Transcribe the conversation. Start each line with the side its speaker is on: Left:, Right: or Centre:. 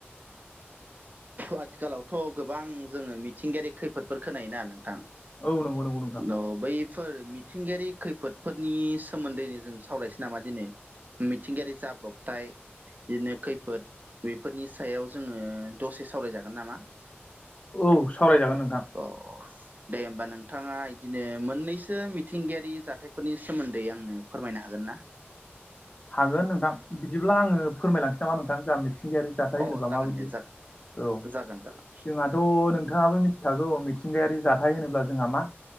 Right: आथिखालावथ' गोबां जोङो मिथिंगायारि खैफोदफोर खोनायोना नोंथां
Left: औ नंगौ नंगौ नोंथां
Right: औ बैफोर मिथिंगायारि खैफोदफोरनि सोमोन्दैनो जों सावरायसै नामा दिनै मिथिंगायारि जाब्रबथाय बिदिनो खैफोद बेफोरनि सायाव जोङो दसे सावरायजागोन नामा?
Left: औ सावरायजागोन नोंथां।
Right: अ दे होमबा नोंथाङा इदिनो मोननैसो मिथिंगायारि जाथायफोरनि सोमोन्दै आंनो फोरमायनो हागोन ना?
Left: हागोन नोंथां। बिदिब्ला आङो फोरमायलांसै नामा नोंथां जा मिथिंगायारि जाथाय
Right: अ
Left: होनोबा
Right: जागोन
Left: माबायदि।
Right: दे जागोन
Left: औ
Right: जागोन जागोन
Left: जोंहाथ' नोंथाङाबो मिथि खागौ औ मिथिंगायारि जाथाय होनोब्ला जोंहा मा